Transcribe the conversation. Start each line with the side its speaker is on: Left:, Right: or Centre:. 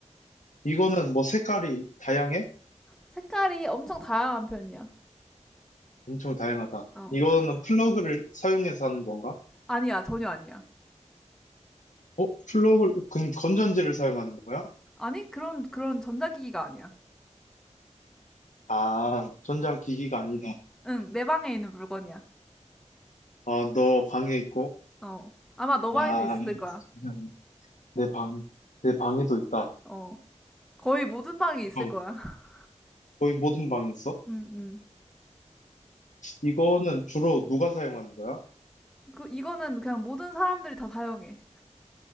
Left: 이거는 뭐 색깔이 다양해?
Centre: 색깔이 엄청 다양한 편이야.
Left: 엄청 다양하다.
Centre: 어.
Left: 이거는
Centre: 그-
Left: 플러그를 사용해서 하는 건가?
Centre: 아니야, 전혀 아니야.
Left: 어? 플러그 건, 건전지를 사용하는 거야?
Centre: 아니, 그런, 그런 전자기기가 아니야.
Left: 아, 전자기기가 아니다.
Centre: 응, 내 방에 있는 물건이야.
Left: 아, 너 방에 있고?
Centre: 어. 아마 너
Left: 아,
Centre: 방에도 있을 거야.
Left: 전자기기.. 내 방, 내 방에도 있다.
Centre: 어. 거의 모든 방에
Left: 잠깐만.
Centre: 있을 거야. <laughs>
Left: 거의 모든 방에 있어?
Centre: 응 응
Left: 이거는 주로 누가 사용하는 거야?
Centre: 그, 이거는 그냥 모든 사람들이 다 사용해.